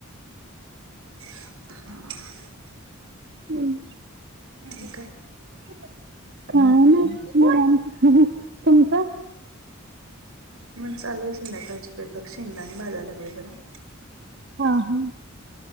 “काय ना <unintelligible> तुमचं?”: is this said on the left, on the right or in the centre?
Right